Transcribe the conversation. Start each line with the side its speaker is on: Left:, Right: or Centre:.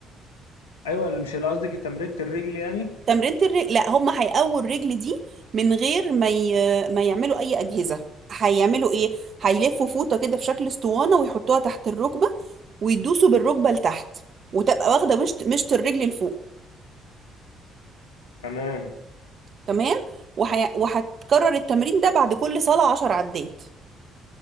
Left: أيوة مش اللي قصدك تمرينة الرجل يعني
Right: تمرينة الرجل لا هم هيقووا الرجل دي من غير ما ي... ما يعملوا اي أجهزة هيعملوا ايه هيلفوا فوطة كده في شكل اسطوانة ويحطوها تحت الركبة ويدوسوا بالركبة لتحت وتبقى واخدة مشط مشط الرجل لفوق
Left: تمام
Right: تمام وحي... وهتكرر التمرين ده بعد كل صلاة عشر عدات